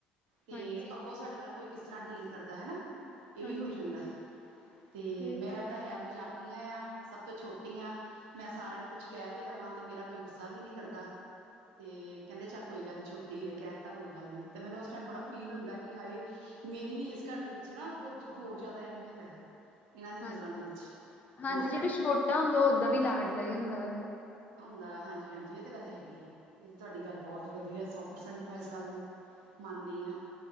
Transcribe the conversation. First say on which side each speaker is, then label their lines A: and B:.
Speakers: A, on the right; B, on the left.
A: ਤੇ
B: ਹਾਂਜੀ
A: ਅੱਗੋਂ ਸਾਡੇ ਨਾਲ ਕੋਈ ਕਿਸ ਤਰ੍ਹਾਂ ਡੀਲ ਕਰਦਾ ਹੈਨਾ। ਇਹ
B: ਹਾਂਜੀ-ਹਾਂਜੀ
A: ਵੀ ਹੋ ਜਾਂਦਾ ਤੇ
B: ਇਹ
A: ਮੈਂ
B: ਤਾਂ
A: ਉਹਦਾ ਹੈ ਮਜ਼ਾਕੀਆਂ ਆ ਸਭ ਤੋਂ ਛੋਟੀ ਆ, ਮੈਂ ਸਾਰਿਆਂ ਨੂੰ ਕੁਛ ਕਹਿ ਵੀ ਲਵਾਂ ਤੇ ਮੇਰਾ ਕੋਈ ਗੁੱਸਾ ਵੀ ਨਹੀਂ ਕਰਦਾ। ਤੇ ਕਹਿੰਦੇ ਚੱਲ
B: ਹਾਂਜੀ
A: ਕੋਈ ਗੱਲ ਨ ਛੋਟੀ ਏ, ਕਹਿ ਤਾ ਕੋਈ ਗੱਲ ਨੀ, ਤੇ ਮੈਨੂੰ ਉਸ ਟਾਈਮ ਬੜਾ ਫੀਲ ਹੁੰਦਾ ਕਿ ਹਾਏ ਮੇਰੀ ਵੀ ਇਸ ਕਾਰ ਦੇ ਵਿੱਚ ਨਾ ਕੁੱਝ ਹੋਰ ਜਾਦਾ ਅਹਿਮੀਅਤ ਹੈ ਇਹਨਾਂ ਦੀ ਨਜ਼ਰਾਂ
B: ਹਾਂ
A: ਦੇ ਵਿੱਚ।
B: ਹਾਂਜੀ,
A: ਹਨਾ
B: ਜਿਹੜਾ ਛੋਟਾ ਹੁੰਦਾ ਉਹ ਓਦਾਂ ਵੀ ਲਾਡਲਾ ਹੀ ਹੁੰਦਾ ਵਾ।
A: ਦਾ ਹਾਂਜੀ, ਹਾਂਜੀ ਇਹ ਤਾਂ ਗੱਲ ਹੈਗੀ ਹੈ ਇਹ ਤੇ ਤੁਹਾਡੀ ਗੱਲ ਬਹੁਤ ਵਧੀਆ ਸਭ ਪਰਸੈਂਟ ਮੈਂ ਇਸ ਗੱਲ ਨੂੰ ਮੰਨਦੀ ਹਾਂ